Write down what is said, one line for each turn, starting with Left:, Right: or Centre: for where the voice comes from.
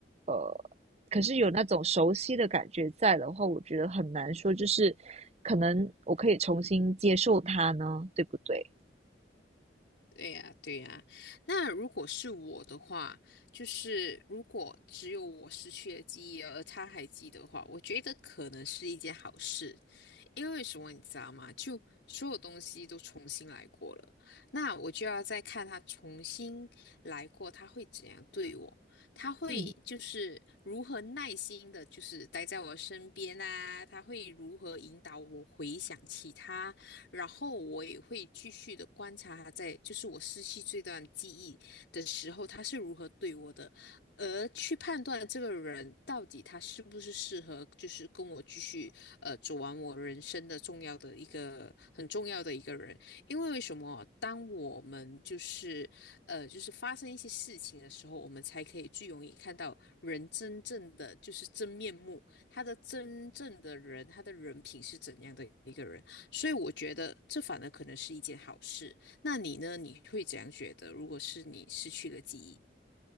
Right: 呃，可是有那种熟悉的感觉在的话，我觉得很难说，就是可能我可以重新接受他呢，对不对？
Left: 对呀，对呀。那如果是我的话，就是如果只有我失去了记忆，而他还记得的话，我觉得可能是一件好事。因为什么你知道吗？就所有东西都重新来过了，那我就要再看他重新来过，他会怎样对我？他会就是如何耐心的，
Right: 嗯。
Left: 就是待在我身边啊？他会如何引导我回想起他？然后我也会继续的观察他在，就是我失去这段记忆的时候，他是如何对我的，而去判断这个人到底他是不是适合，就是跟我继续呃走完我人生的重要的一个很重要的一个人。因为为什么？当我们就是呃就是发生一些事情的时候，我们才可以最容易看到人真正的就是真面目，他的真正的人，他的人品是怎样的一个人。所以我觉得这反而可能是一件好事。那你呢？你会怎样觉得？如果是你失去了记忆？